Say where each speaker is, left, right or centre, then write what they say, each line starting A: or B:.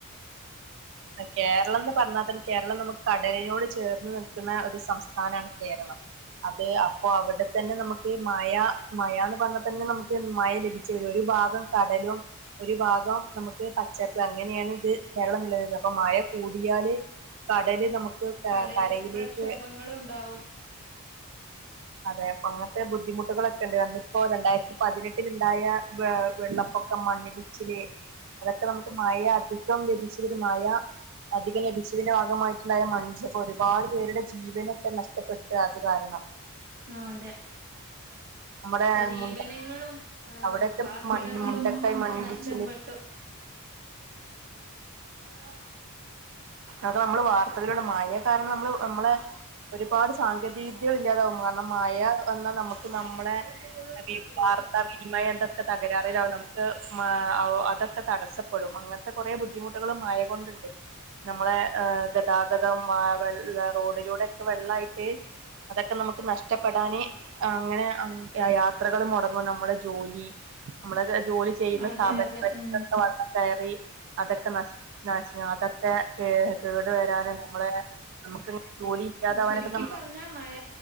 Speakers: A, on the right; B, on the right.
A: കേരളം എന്ന് പറഞ്ഞാൽ തന്നെ കേരളം ന് പറഞാല് നമുക്ക് കടലിനോട് ചേർന്ന് നിൽക്കുന്ന ഒരു സംസ്ഥാനമാണ് കേരളം അത് അപ്പൊ അവിടെത്തന്നെ നമുക്ക് മഴ മഴ എന്ന് പറഞ്ഞാൽ തന്നെ നമുക്ക് മഴ ലഭിക്കും ഒരു ഭാഗം കടലും ഒരു ഭാഗം നമുക്ക് പച്ചപ്പും അങ്ങനെയാണ് ഇത് കേരളം നിലനി അപ്പൊ മഴ കൂടിയാല് കടല് നമുക്ക്
B: കടല്
A: കരയിലേക്ക്
B: പ്രക്ഷോഭങ്ങളും ഉണ്ടാവും
A: അതെ അപ്പൊ അങ്ങനത്തെ ബുദ്ധിമുട്ടുകളൊക്കെ ഉണ്ട് വന്നിപ്പോ രണ്ടായിരത്തി പതിനെട്ടില് ഇണ്ടായ വ വെള്ളപ്പൊക്കം മണ്ണിടിച്ചില് അതൊക്കെ നമുക്ക് മഴ അധികം ലഭിച്ചതൊരു മയ ഉം അധികം ലഭിച്ചതിന്റെ ഭാഗമായിട്ടുണ്ടായ മൺജപ്പ് ഒരുപാട് പേരുടെ ജീവനൊക്കെ നഷ്ടപ്പെട്ടു അത് കാരണം
B: ആഹ് അതെ
A: നമ്മുടെ
B: ജീവനങ്ങളും
A: മുണ്ട
B: ആഹ്
A: അവിടെയൊക്കെ
B: പാർപ്പിടങ്ങളും
A: മണ്ണ് മുണ്ടക്കായി
B: ഒക്കെ
A: മണ്ണിടിച്ചില്
B: നഷ്ടപ്പെ ട്ടു ആഹ്
A: അത് നമ്മള് വാർത്തകളൂടെ മഴ കാരണം നമ്മള് നമ്മളെ ഒരുപാട് സാങ്കേതിക വിദ്യകള് ഇല്ലാതാവും കാരണം മയ വന്നാ നമ് ക്ക് നമ്മളെ
B: ഇപ്പൊ ഫുള്ള്
A: <unintelligible>
B: ച്ചാൻ പോവോ
A: വാർത്ത വി മയൊക്കെ തകരാറിലാവും നമുക്ക് മമ് അതൊക്കെ തടസ്സപ്പെടും അങ്ങന് ത്തെ കൊറേ ബുദ്ധിമുട്ടുകളും മയകൊണ്ടിണ്ട് നമ്മളെ ആഹ് ഗതാഗതം വെ റോഡിലൂടെക്കെ വെള്ളായിട്ട് അതക്കെ നമക്ക് നഷ്ടപ്പെടാന് അങ്ങനെ യാത്രകൾ മൊടങ്ങും നമ്മടെ ജോലി നമ്മളെ ജോലി ചെയ്യുന്ന
B: അതെ
A: സ്ഥാപനങ്ങളിലൊക്കെ
B: അതെ ഉം
A: വെള്ളം കയറി അതൊക്കെ നഷ് നഷ് അതൊക്കെ കേ കേടു വരാന് നമ്മളെ നമുക്ക്ങ്ങനെ ജോലി ഇല്ലാതാവാനൊക്കെ
B: ചുരുക്കി
A: നമ്മ
B: പറഞ്ഞ മഴ